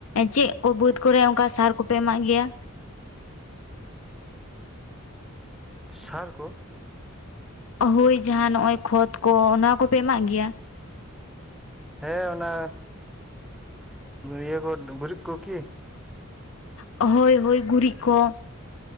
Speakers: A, on the left; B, in the centre.
A: ᱪᱮᱫ ᱠᱚ ᱵᱟᱹᱛ ᱠᱚᱨᱮ ᱚᱱᱠᱟ ᱥᱟᱨ ᱠᱚᱯᱮ ᱮᱢᱟᱜ ᱜᱮᱭᱟ
B: ᱥᱟᱨ ᱠᱚ
A: ᱦᱳᱭ ᱡᱟᱦᱟ ᱱᱚᱜᱼᱚᱭ ᱠᱷᱚᱛ ᱠᱚ ᱚᱱᱟ ᱠᱚᱯᱮ ᱮᱢᱟᱜ ᱜᱮᱭᱟ
B: ᱦᱮᱸ ᱚᱱᱟ ᱤᱭᱟᱹ ᱠᱚ ᱜᱩᱨᱤᱡ ᱠᱚ ᱠᱤ
A: ᱦᱳᱭ ᱦᱳᱭ ᱜᱩᱨᱤᱜ ᱠᱚ